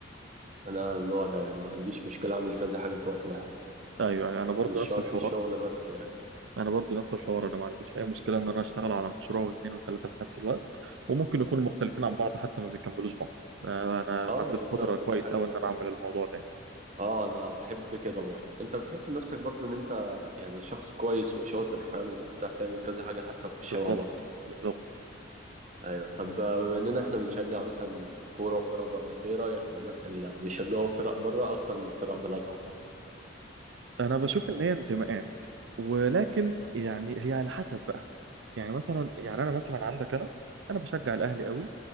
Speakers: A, on the right; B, on the right.
A: انا النوع ده يعني ما عنديش مشكله اعمل كذا حاجه في وقت واحد
B: ايوه ايوه انا برضو
A: مش
B: نفس
A: شرط
B: الحوار
A: الشغل بس يعني
B: انا برضو نفس الحوار انا ما عنديش اي مشكله ان انا اشتغل على مشروع واثنين وثلاثه في نفس الوقت وممكن يكونوا مختلفين عن بعض حتى ما بيكملوش بعض آه، انا
A: اه
B: عندي
A: بالظبط
B: القدره كويس
A: ده حاجه
B: قوي
A: وده
B: ان
A: حاجه
B: انا اعمل الموضوع ده
A: اه انا بحب كده برضه انت بتحس بنفسك برضه ان انت يعني شخص كويس وشاطر فاهم انت بتعرف تعمل كذا حاجه حتى لو مش
B: بالظبط
A: شبه بعض
B: بالظبط
A: ايوه طب آه، بما اننا احنا بنشجع مثلا كوره وفرق بره انت ايه رايك في الناس اللي بيشجعوا فرق بره اكتر من فرق بلدهم مثلا
B: انا بشوف ان هي انتماءات ولكن يعني هي على حسب بقى يعني مثلا يعني انا مثلا عندك انا انا بشجع الاهلي قوي